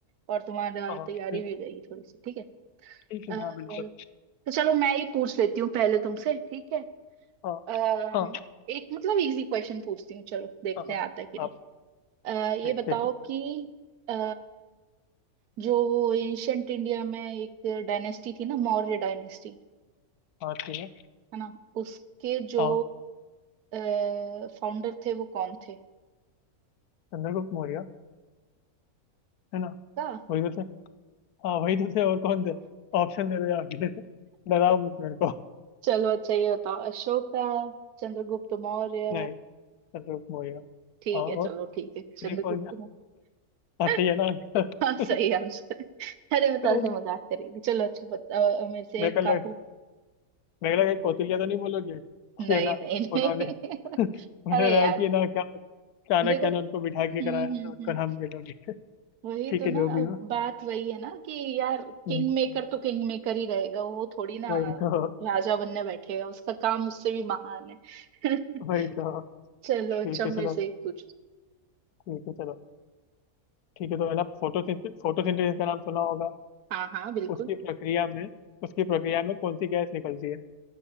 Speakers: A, on the right; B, on the left.
A: और तुम्हारा
B: हाँ हाँ
A: तैयारी
B: ठीक
A: भी
B: है
A: हो जाएगी थोड़ी सी ठीक है
B: ठीक है
A: अ,
B: हाँ बिल्कुल
A: तो चलो मैं ही पूछ लेती हूँ पहले तुमसे ठीक है
B: हाँ
A: अ,
B: हाँ
A: एक मतलब इजी क्वेश्चन पूछती हूँ चलो देखते
B: हाँ हाँ
A: हैं आता है कि नहीं
B: आप
A: अ, ये
B: देखते
A: बताओ
B: हैं
A: कि अ, जो वो एंशंट इंडिया में एक डायनेस्टी थी ना मौर्य डायनेस्टी
B: हाँ ठीक है
A: है ना उसके जो
B: हाँ
A: फाउंडर थे वो कौन थे
B: चंद्रगुप्त मौर्य है ना
A: का
B: वही तो थे हाँ वही तो थे और कौन थे ऑप्शन दे दो यार <laughs> डराओ मत मेरे को
A: चलो अच्छा ये बताओ अशोका चंद्रगुप्त मौर्य
B: नहीं संदूक मोया
A: ठीक
B: हाँ और
A: है चलो ठीक है
B: थ्री
A: चंद्रगुप्त
B: फोर
A: मौर्य
B: हाँ
A: <laughs>
B: सही है ना <laughs> अंकल
A: हाँ सही आंसर है। अरे बता
B: पता
A: से
B: नहीं,
A: मजाक करी थी चलो अच्छा बता अ, मेरे से
B: मेरे
A: एक
B: को
A: काम
B: लग
A: करो
B: मेरे को लगा कौटिल्य तो नहीं बोलोगे
A: नहीं
B: ये ना
A: नहीं नहीं
B: उन्होंने <laughs> उन्होंने
A: <laughs> अरे
B: रहा
A: यार
B: कि ना क्या चाणक्य
A: देखो
B: ने उनको बिठा के
A: हम्म
B: कराया तो
A: हम्म
B: उनको
A: हम्म
B: नाम ले लोगे <laughs>
A: वही
B: ठीक
A: तो
B: है
A: ना
B: जो भी हो
A: बात वही है ना कि यार
B: हम्म,
A: किंग मेकर तो किंग मेकर ही रहेगा वो थोड़ी ना
B: वही तो
A: राजा बनने बैठेगा उसका काम उससे भी महान है <laughs>
B: वही तो
A: चलो
B: ठीक
A: अच्छा
B: है चलो
A: मेरे से एक पूछ
B: ठीक है चलो ठीक है तो है ना फोटोसिंथेसिस फोटोसिंथेसिस का नाम सुना होगा
A: हाँ हाँ बिल्कुल
B: उसकी प्रक्रिया में उसकी प्रक्रिया में कौन सी गैस निकलती है